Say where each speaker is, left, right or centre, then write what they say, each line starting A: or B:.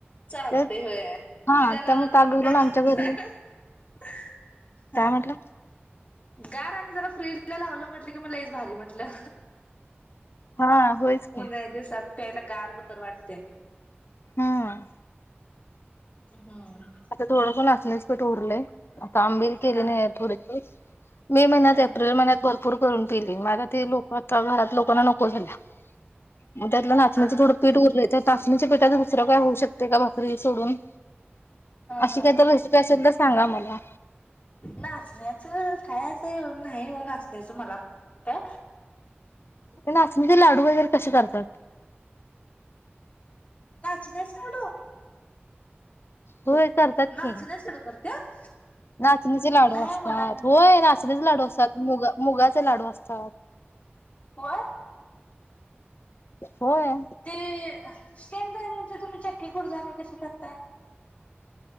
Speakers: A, on the left; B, on the left.
A: चालतयं
B: ते
A: होय.
B: हा
A: तिला लावला
B: त्यामुळे
A: तर
B: ताक
A: मग
B: घालून
A: काय रोजचा
B: आमच्या घरी
A: लावत हा
B: काय म्हटलं
A: गार आणि जरा फ्रीजला लावलं म्हटलं की मग लईच भारी म्हटलं
B: हा होयच की
A: उन्हाळ्या दिवसात प्याला गार बर वाटतेय
B: हम्म
A: हम्
B: आता थोडंसं पण नाचण्याच पीठ उरलंय आता आंबिल केली
A: हा
B: नाही थोडे मे महिन्यात
A: हा
B: एप्रिल महिन्यात भरपूर भरपूर करून पेली म आता ते लोकचा घरात लोकांना नको झाल्या मग त्यातलं नाचणीचं
A: हा
B: थोडं पीठ उरलंय तर नाचणीच्या पीठांच दुसरं काय होऊ शकते का, भाकरी सोडून. अशी
A: हा
B: काही तर रेसिपी असेल तर सांगा मला?
A: नाचण्याचं काय असं ये नाही नाचण्याचं मला- काय
B: ते नाचणीचे लाडू वगैरे कसे करतात?
A: नाचण्याच लाडू?
B: होय करतात
A: नाचण्या
B: की.
A: लाडू करत्यात
B: नाचणीचे लाडू
A: नाही
B: असतात,
A: मला पण
B: होय नाचणीचे लाडू असतात. मुग मुगाचे लाडू असतात.
A: व्हय,
B: होय
A: ते... - सेम <unintelligible> करणीची तुम्ही चिक्की गुडदान कस करताय?